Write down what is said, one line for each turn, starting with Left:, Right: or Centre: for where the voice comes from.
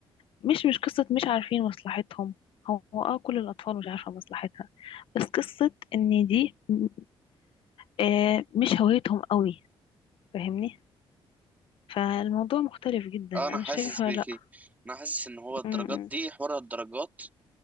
Left: مش مش قصه مش عارفين مصلحتهم هو هو اه كل الاطفال مش عارفه مصلحتها بس قصه ان دي م- آه، مش هويتهم قوي فاهمني فالموضوع مختلف جدا
Right: آه
Left: انا
Right: انا حاسس
Left: شايفه
Right: بيكي
Left: لا
Right: انا حاسس ان هو الدرجات
Left: امم
Right: دي حوار الدرجات